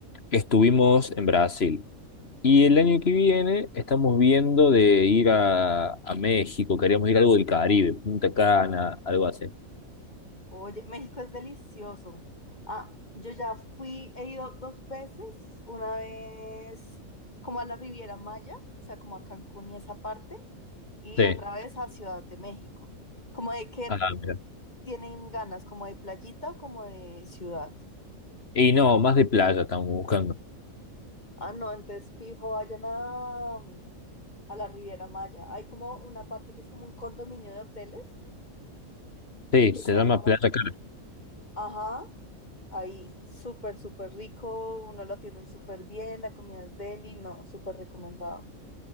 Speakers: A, on the left; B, on the left.
A: estuvimos en Brasil. Y el año que viene estamos viendo de ir a, a México, queríamos ir a algo del Caribe, Punta Cana, algo así.
B: Oye, México es delicioso. Ah, yo ya fui, he ido dos veces, una vez como a la Riviera Maya, o sea, como a Cancún y esa parte, y
A: Sí,
B: otra vez a Ciudad de México. ¿Como de qué
A: ah, mira.
B: tienen ganas? ¿Como de playita o como de ciudad?
A: Y no, más de playa estamos buscando.
B: Ah, no, entonces fijo, vayan a, a la Riviera Maya. Hay como una parte que es como un condominio de hoteles
A: Sí,
B: que
A: se
B: queda
A: llama
B: como,
A: Playa Cana.
B: ajá, ahí, súper, súper rico, uno lo atienden súper bien, la comida es deli, no, súper recomendado.